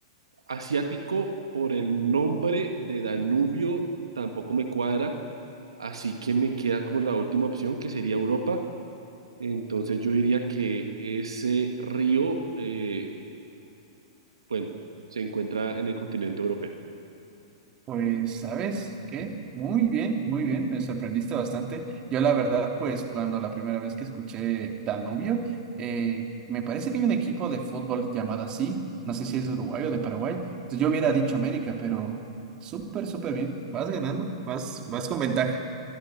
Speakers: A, on the right (about 75°); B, on the right (about 30°).
A: Asiático por el nombre de Danubio tampoco me cuadra, así que me queda como la última opción que sería Europa. Entonces yo diría que ese río, eh, bueno, se encuentra en el continente europeo.
B: Pues, ¿sabes qué? Muy bien, muy bien, me sorprendiste bastante. Yo la verdad, pues cuando la primera vez que escuché Danubio, eh, me parece que hay un equipo de fútbol llamado así, no sé si es de Uruguay o de Paraguay, entonces yo hubiera dicho América, pero súper, súper bien, vas ganando, vas, vas con ventaja.